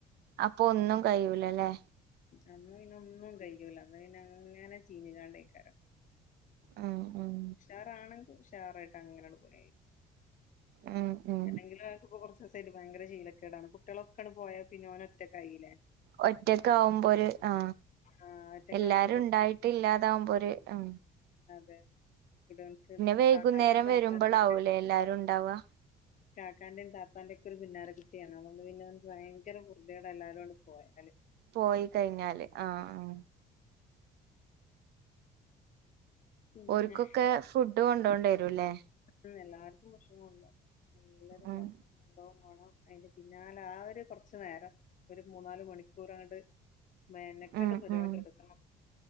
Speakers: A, on the right (about 70°); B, on the left (about 50°).
A: അപ്പൊ ഒന്നും കഴൂലല്ലേ
B: അന്ന് പിന്നെ ഒന്നും കഴിക്കല അന്ന് പിന്നെ അങ്ങനെ ചീനിക്കാണ്ടക്കാര
A: ഉം ഉം
B: ഷാറാണെങ്കിൽ ഷാറായിട്ട് അങ്ങനെയള്ള പോ
A: ഉം ഉം
B: അല്ലെങ്കില അവക്ക്പ്പോൊ കുറച്ച് ദിവസമായിട്ട ഭയര ശീലക്കേടാണ് കുട്ടികളൊക്കെയാണ് പോയ പിന്നെ അവന ഒറ്റ കൈയിലേ
A: ഒറ്റക്ക ആവുമ്പോ ഒരു ആ
B: ആഹ് ഒറ്റക്കാവുമ്പോ
A: എല്ലാരും
B: കുറച്ച്
A: ഉണ്ടായിട്ട് ഇല്ലാതാവുമ്പോ ഒരു ഉ
B: അതെ അതെ ഇവിടെ നമക്ക്
A: വൈകുന്നേരം
B: കാട്ടാനുംന്താത്തല്ലേ
A: വരുമ്പോളാവൂലേ എല്ലാരും ഉണ്ടാവുക
B: കാക്കാന്റെയും താത്താന്റെയും ഒക്കെ ഒരു പിന്നാര കുട്ടിയാണ് അതുകൊണ്ട് പിന്നെ നക്ക് ഭയങ്കര പുറതേടാത് എല്ലാരുണ്ട് പോയല്
A: പോയി കഴിഞ്ഞാല് ആഹ ആ
B: പിന്നെ
A: ഓര്ക്കൊക്കെ ഫുഡ് കൊണ്ടോണ്ട വരുംല്ലേ
B: ഉ എല്ലാർക്കും മോഷണം ഉണ്ടാവും നല്ലരും
A: ഉം
B: ഭോഷണം ഉണ്ടാവകും വേണം അതിന്റെ പിന്നാല ആര് കൊറച്ചു നേരം ഒരു മൂന്നാാല് മണിക്കൂർണ്ട് വേനക്കാട്
A: ഉം
B: പരിപാടി
A: ഉം ഉം
B: എടുക്ക